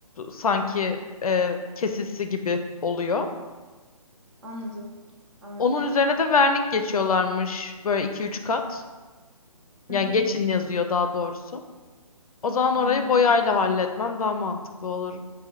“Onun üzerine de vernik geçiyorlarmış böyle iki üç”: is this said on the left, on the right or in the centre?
Left